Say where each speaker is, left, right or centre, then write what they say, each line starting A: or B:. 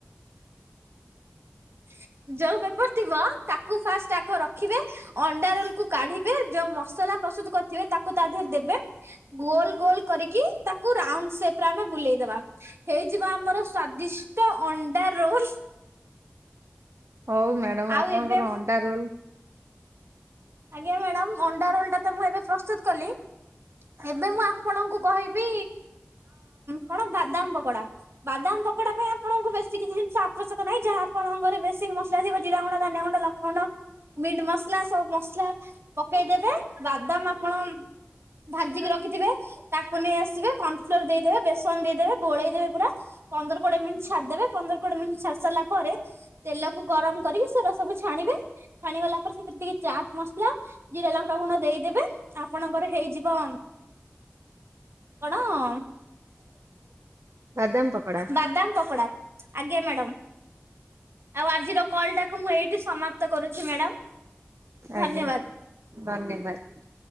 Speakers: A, on the right; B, on the right.
A: <inaudible> ଯୋଉ ପେପର ଥିବ ତାକୁ ଫାଷ୍ଟ ଆଗ ରଖିବେ ଅଣ୍ଡା
B: <inaudible>
A: ରୋଲ କୁ କାଢିକି, ଯୋଉ ମସଲା ପ୍ରସ୍ତୁତ କରିଥିବେ, ତାକୁ ତା ଦେହରେ ଦେବେ। ଗୋଲ ଗୋଲ କରିକି, ତା କୁ ରାଉଣ୍ଡ ସେପରେ ଆମେ ବୁଲେଇଦବା। ହେଇଯିବ ଆମର ସ୍ଵାଦିଷ୍ଟ ଅଣ୍ଡା ରୋଲ।
B: ହଉ ମ୍ୟାଡାମ।
A: ଆଉ
B: ଆପଣଙ୍କର
A: ଏବେ
B: ଅଣ୍ଡା ରୋଲ୍
A: ଆଜ୍ଞା ମ୍ୟାଡାାମ। ଅଣ୍ଡା ରୋଲ ଟା ତ ମୁଁ ଏବେ ପ୍ରସ୍ତୁତ କଲି। ଏବେ ମୁଁ ଆପଣଙ୍କୁ କହି ବି କଣ ବାଦାମ ପକୋଡା। ବାଦାମ ପକୋଡା ପାଇଁ ଆପଣଙ୍କୁ ବେଶୀ କିଛିି କିଛି ଜିନିଷ ଆବଶ୍ୟକ ନାହିଁ। ଯାହା ଆପଣଙ୍କ ଘରେ ବେଶୀ ମସଲା ଥିବ ଜିରା ଗୁଣ୍ଡ, ଧନିଆ ଗୁଣ୍ଡ, ଲଙ୍କାଗୁଣ୍ଡ, ମିଟ୍ ମସଲା ସବୁ ମସଲା ପକେଇଦବେ। ବାଦାମ ଆପଣ ଭାଜିିକି ରଖିଥିବେ। ତାକୁ ନେଇ ଆସିବେ। କର୍ଣଫ୍ଲୋର ଦେଇଦେବେ, ବେସନ ଦେଇଦେବେ, ଗୋଳେଇଦବେ ପୁରା। ପନ୍ଦର, କୋଡିଏ ମିନିଟ୍ ଛାଡିଦେବେ। ପନ୍ଦର, କୋଡିଏ ମିନିଟ ଛାଡି ସାରିଲା ପରେ, ତେଲକୁ ଗରମ କରିକି ସେରା ସବୁ ଛାଣିବେ। ଛାଣି ଗଲା ପରେ ସେଥିରେ ଟିକେ ଚାଟ ଟ୍ ମସଲା, ଜିରା, ଲଙ୍କା ଗୁଣ୍ଡ ଦେଇଦେବେ। ଆପଣଙ୍କର ହେଇଯିବ। କଣ? କଣ?
B: ବାଦାମ ପକୋଡ଼ା।
A: ବାଦାମ ପକୋଡ଼ା। ଆଜ୍ଞା ମ୍ୟାଡ଼ାମ। ଆଉ ଆଜିର କଲ୍ ଟାକୁ ମୁଁ ଏଇଠି ସମାପ୍ତ କରୁଛି ମ୍ୟାଡାମ।
B: ଆଜ୍ଞା।
A: ଧନ୍ୟବାଦ।
B: ଧନ୍ୟବାଦ।